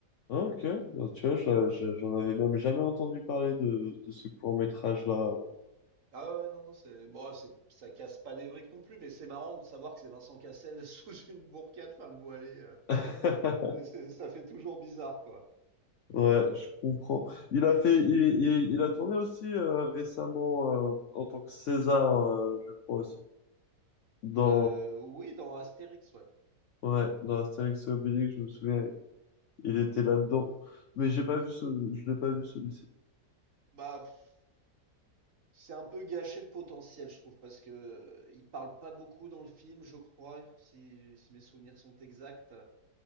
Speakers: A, on the left; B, on the right.
A: Ah ok, Bah, tu vois, j'a- j'a- j'en avais même jamais entendu parler de, de ce court-métrage-là.
B: Ah ouais, ouais, non, non, c'est bon, c'est ça casse pas des briques non plus, mais c'est marrant de savoir que c'est Vincent Cassel <laughs> sous une burqa de femme voilée. euh.
A: <laughs>
B: C'est- c'est- ça fait toujours bizarre, quoi.
A: Ouais, je comprends. Il a fait, il, il- il a tourné aussi euh, récemment euh, en tant que César, euh, je crois aussi. Dans,
B: Euh, oui, dans Astérix, ouais.
A: ouais, dans Astérix et Obélix, je me souviens, il était là-dedans. Mais j'ai pas
B: Et-
A: vu ce, je l'ai pas vu celui-ci.
B: bah, pff, c'est un peu gâché le potentiel, je trouve, parce que euh, il parle pas beaucoup dans le film, je crois, si, si mes souvenirs sont exacts.